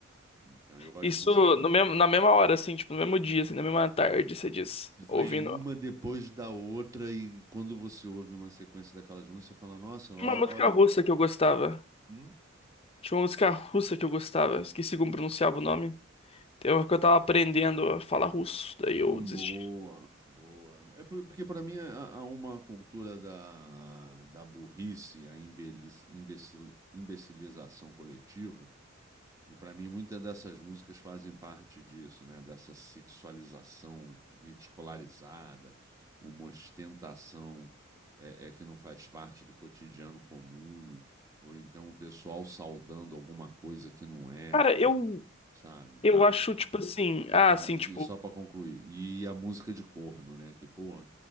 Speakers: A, on the right; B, on the left.
A: Então, eu gosto
B: Isso
A: de música.
B: no mesmo, na mesma hora, assim, tipo, no mesmo dia, assim, na mesma tarde, você diz.
A: Vem
B: Ouvindo.
A: uma depois da outra, e quando você ouve uma sequência daquelas músicas, você fala: Nossa, ó-
B: Tinha uma música
A: olha.
B: russa que eu gostava.
A: hum?
B: Tinha uma música russa que eu gostava. Esqueci como pronunciava o nome. Eu, que eu tava aprendendo a falar russo, daí
A: Hum,
B: eu desisti.
A: Boa, boa. É por- porque para mim há há uma cultura da, da burrice, a imbeliz- imbecil, imbecilização coletiva, e para mim muitas dessas músicas fazem parte disso, né? Dessa sexualização ridicularizada, uma ostentação é, é, que não faz parte do cotidiano comum, ou então o pessoal saudando alguma coisa que não é,
B: Cara,
A: como,
B: eu,
A: sabe?
B: eu Ah, acho, tipo assim. Ah,
A: E
B: assim,
A: a- e
B: tipo.
A: só pra concluir, e a música de corno, né? Que, porra,